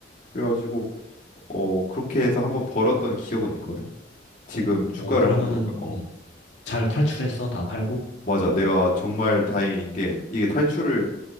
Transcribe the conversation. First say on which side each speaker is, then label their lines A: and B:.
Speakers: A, on the left; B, on the left.
A: 그래가지고 어 그렇게 해서 한번 벌었던 기억은 있거든. 지금 주가를
B: 어, 그러면은,
A: 한번 볼까? 어
B: 음. 잘 탈출했어? 다 팔고?
A: 맞아. 내가 정말 다행인 게 이게 탈출을